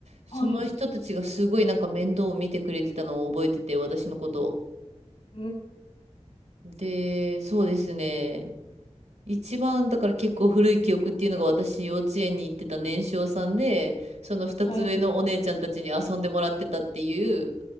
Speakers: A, on the right (about 80°); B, on the left (about 55°).
A: その人たちがすごいなんか面倒を見てくれてたのを覚えてて、
B: はい、
A: 私のことを。
B: うん。
A: で、そうですね。一番だから結構古い記憶っていうのが私幼稚園に行ってた年少さんでその二つ上のお姉ちゃんたちに遊んでもらってたっていう
B: はい。